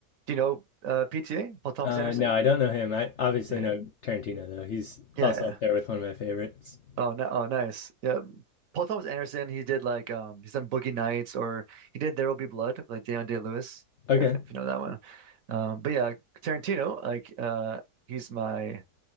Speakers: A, on the right; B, on the left.
A: Do you know uh, PTA, Paul Thomas
B: Uh,
A: Anderson?
B: no, I don't know him. I obviously
A: Yeah.
B: know Tarantino though. He's
A: Yeah,
B: also up there with one of my favorites.
A: Oh, no, oh, nice. Yeah, Paul Thomas Anderson. He did like um, he's done Boogie Nights, or he did There Will Be Blood, with like Daniel Day-Lewis,
B: Okay.
A: if, if you know that one. Um, but yeah, Tarantino, like uh, he's my,